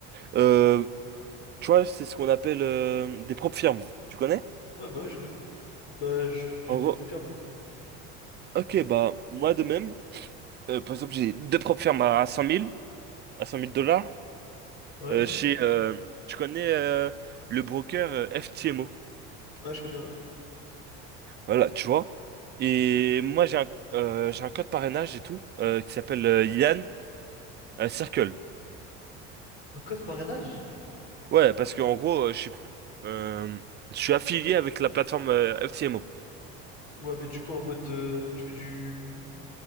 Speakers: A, on the right (about 35°); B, on the left (about 85°).
A: Euh, tu vois, c'est ce qu'on appelle euh, des propres firmes. Tu connais?
B: Ouais, bah ouais, je connais. Bah, j- j'ai
A: En
B: des
A: gros,
B: profils, moi.
A: ok, bah moi de même, euh, par exemple, j'ai deux propres firmes à 100 000, à 100 000 dollars.
B: Ouais?
A: Euh, chez, euh, tu connais euh, le broker euh, FTMO.
B: Ouais, je connais, ouais.
A: Voilà, tu vois. Et moi, j'ai un, euh, j'ai un code parrainage et tout euh, qui s'appelle euh, Yann euh, Circle.
B: Un code parrainage?
A: Ouais, parce que en gros, euh, je suis, euh, je suis affilié avec la plateforme euh, FTMO.
B: Ouais, mais du coup, en mode de... Tu fais du...